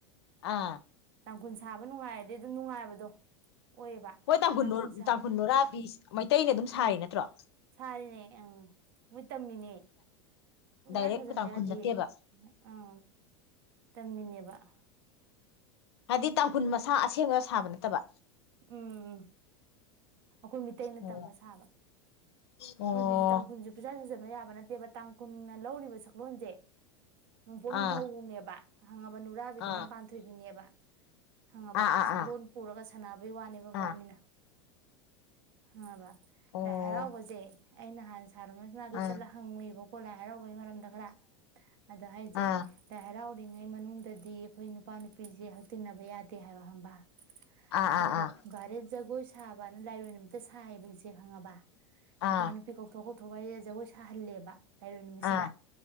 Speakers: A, on the left; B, on the right.
A: ꯑꯥ
B: ꯇꯥꯡꯈꯨꯜ ꯁꯥꯕ ꯅꯨꯡꯉꯥꯏꯔꯗꯤ ꯑꯗꯨꯝ ꯅꯨꯡꯉꯥꯏꯕꯗꯣ ꯑꯣꯏꯌꯦꯕ
A: ꯃꯣꯏ ꯇꯥꯡꯈꯨꯟ
B: ꯁꯥꯕ
A: ꯇꯥꯡꯈꯨꯜ ꯅꯨꯔꯥꯕꯤ ꯃꯩꯇꯩꯅ ꯑꯗꯨꯝ ꯁꯥꯥꯔꯤ ꯅꯠꯇ꯭ꯔꯣ
B: ꯁꯥꯔꯤꯅꯦ ꯑꯝ ꯃꯣꯏ ꯇꯝꯃꯤꯅꯦ ꯄꯨꯡꯁꯥ
A: ꯗꯥꯏꯔꯦꯛ
B: ꯁꯥꯖꯟꯕ
A: ꯇꯥꯡꯈꯨꯜ
B: ꯌꯥꯗꯤꯌꯦ
A: ꯅꯠꯇꯦꯕ
B: ꯑꯝ ꯇꯝꯃꯤꯅꯦꯕ ꯑꯥ
A: ꯍꯥꯏꯗꯤ ꯇꯥꯡꯈꯨꯟ ꯃꯁꯥ ꯑꯁꯦꯡꯕꯅ ꯁꯥꯕ ꯅꯠꯇꯕ
B: ꯎꯝ ꯑꯩꯈꯣꯏ ꯃꯤꯇꯩꯅ
A: ꯑꯣ
B: ꯇꯝꯃ ꯁꯥꯕ
A: ꯑꯣ
B: ꯃꯣꯏꯒꯤꯁꯨ ꯇꯥꯡꯈꯨꯜꯁꯨ ꯄꯨꯁꯥ ꯁꯥꯖꯟꯕ ꯌꯥꯕ ꯅꯠꯇꯦꯕ ꯇꯥꯡ ꯀꯨꯟꯅ ꯂꯧꯔꯤꯕ ꯁꯛꯂꯣꯟꯁꯦ ꯅꯣꯡꯄꯣꯛ ꯅꯤꯡꯊꯧꯅꯦꯕ
A: ꯑꯥ
B: ꯈꯪꯉꯕ ꯅꯨꯔꯥꯕꯤꯗꯨꯅ
A: ꯑꯥ
B: ꯄꯥꯟꯊꯣꯏꯕꯤꯅꯦꯕ ꯍꯪꯉꯕ
A: ꯑꯥ
B: ꯁꯛꯂꯣꯟ
A: ꯑꯥ
B: ꯄꯨꯔꯒ <inaudible> ꯋꯥꯅꯦꯕ ꯃꯕꯥꯟꯅꯤꯅ
A: ꯑꯥ
B: ꯈꯪꯉꯕꯥ
A: ꯑꯣ
B: ꯂꯥꯏ ꯍꯔꯥꯎꯕꯖꯦ ꯑꯩ ꯅꯍꯥꯟ ꯁꯥꯔ ꯔꯣꯃꯦꯁ ꯃꯅꯥꯛꯇ
A: ꯑꯥ
B: ꯆꯠꯂ ꯍꯪꯉꯨꯏꯕ ꯀꯣ ꯍꯥꯔꯥꯎꯕꯒꯤ ꯃꯔꯝꯗ ꯈꯔ ꯑꯗꯥ ꯍꯥꯏꯖꯦ
A: ꯑꯥ
B: ꯂꯥꯏꯍꯔꯥꯎ ꯉꯩ ꯃꯅꯨꯡꯗꯗꯤ ꯑꯩꯈꯣꯏ ꯅꯨꯄꯥ ꯅꯨꯄꯤꯖꯦ ꯍꯛꯇꯤꯟꯅꯕ ꯌꯥꯗꯦ ꯐꯠꯇꯦ ꯍꯥꯏꯕ ꯈꯪꯕ
A: ꯑꯥ
B: ꯑꯗꯨꯒ
A: ꯑꯥ
B: ꯐꯨꯡꯒꯥꯔꯦꯜ ꯖꯒꯣꯏ ꯁꯥꯕꯅ ꯂꯥꯏꯔꯣꯏ ꯅꯨꯃꯤꯇ ꯁꯥꯏꯌꯦꯕ ꯏꯆꯦ ꯈꯪꯉꯕ
A: ꯑꯥ
B: ꯅꯨꯄꯥ ꯅꯨꯄꯤ ꯀꯧꯊꯣꯛꯑꯒ ꯊꯣꯡꯍꯥꯔꯦꯜ ꯖꯒꯣꯏ ꯁꯥꯍꯜꯂꯦꯕ ꯂꯩꯔꯣꯏ ꯅꯨꯃꯤꯠꯁꯤꯗ
A: ꯑꯥ